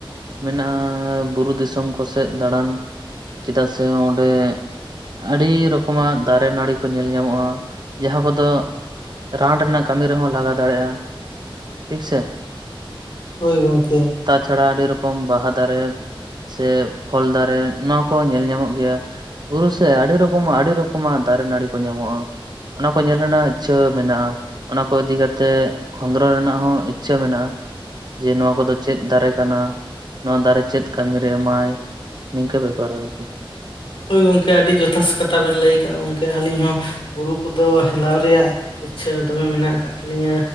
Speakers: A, on the right; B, on the left.
A: ᱢᱮᱱᱟᱜᱼᱟᱻ ᱵᱩᱨᱩ ᱫᱤᱥᱚᱢ ᱠᱚᱥᱮᱫ ᱫᱟᱬᱟᱱ ᱪᱮᱫᱟᱜ ᱥᱮ ᱚᱸᱰᱮᱻ ᱟᱹᱰᱤ ᱨᱚᱠᱚᱢᱟᱜ ᱫᱟᱨᱮ ᱱᱟᱹᱲᱤ ᱠᱚ ᱧᱮᱞ ᱧᱟᱢᱚᱜᱼᱟ ᱡᱟᱦᱟᱸ ᱠᱚᱫᱚ ᱨᱟᱱ ᱨᱮᱱᱟᱜ ᱠᱟᱹᱢᱤ ᱨᱮᱦᱚᱸ ᱞᱟᱜᱟᱣ ᱫᱟᱲᱮᱭᱟᱜᱼᱟ, ᱴᱷᱤᱠ ᱥᱮ
B: ᱦᱚᱭ ᱜᱚᱢᱠᱮ
A: ᱛᱟ ᱪᱷᱟᱰᱟ ᱟᱹᱰᱤ ᱨᱚᱠᱚᱢ ᱵᱟᱦᱟ ᱫᱟᱨᱮ ᱥᱮ, ᱯᱷᱚᱞ ᱫᱟᱨᱮ ᱱᱚᱣᱟ ᱠᱚ ᱧᱮᱞ ᱧᱟᱢᱚᱜ ᱜᱮᱭᱟ ᱵᱩᱨᱩ ᱥᱮ ᱟᱹᱰᱤ ᱨᱚᱠᱚᱢᱟᱜ ᱟᱹᱰᱤ ᱨᱚᱠᱚᱢᱟᱜ ᱫᱟᱨᱮ ᱱᱟᱹᱲᱤ ᱠᱚ ᱧᱟᱢᱚᱜᱼᱟ ᱚᱱᱟ ᱠᱚ ᱧᱮᱞ ᱨᱮᱱᱟᱜ ᱤᱪ ᱪᱷᱟᱹ ᱢᱮᱱᱟᱜᱼᱟ ᱚᱱᱟ ᱠᱚ ᱤᱫᱤ ᱠᱟᱛᱮᱜ ᱠᱷᱚᱸᱫᱽᱨᱚᱱ ᱨᱮᱱᱟᱜ ᱦᱚᱸ ᱤᱪ ᱪᱷᱟᱹ ᱢᱮᱱᱟᱜᱼᱟ, ᱡᱮ ᱱᱚᱣᱟ ᱠᱚᱫᱚ ᱪᱮᱫ ᱫᱟᱨᱮ ᱠᱟᱱᱟ, ᱱᱚᱣᱟ ᱫᱟᱨᱮ ᱪᱮᱫ ᱠᱟᱹᱢᱤᱨᱮ ᱮᱢᱟᱭ, ᱱᱤᱝᱠᱟᱹ ᱵᱮᱯᱟᱨ ᱟᱨᱠᱤ
B: ᱜᱚᱢᱠᱮ ᱟᱹᱰᱤ ᱡᱚᱛᱷᱟᱛ ᱠᱟᱛᱷᱟ ᱵᱮᱱ ᱞᱟᱹᱭ ᱟᱠᱜᱼᱟ, ᱜᱚᱢᱠᱮ ᱟᱹᱞᱤᱧ ᱦᱚᱸ ᱵᱩᱨᱩ ᱠᱚᱫᱚ ᱦᱮᱞᱟᱣ ᱨᱮᱭᱟᱜ ᱤᱪ ᱪᱷᱟᱹ ᱫᱚᱢᱮ ᱢᱮᱱᱟᱜ ᱟᱠᱟᱫ ᱛᱟᱹᱞᱤᱧᱟ